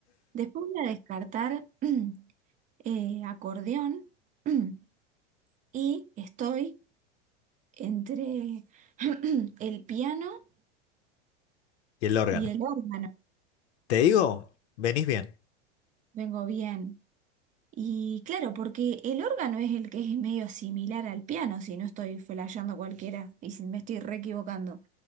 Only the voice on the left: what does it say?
Y el órgano.
¿Te digo? Venís bien.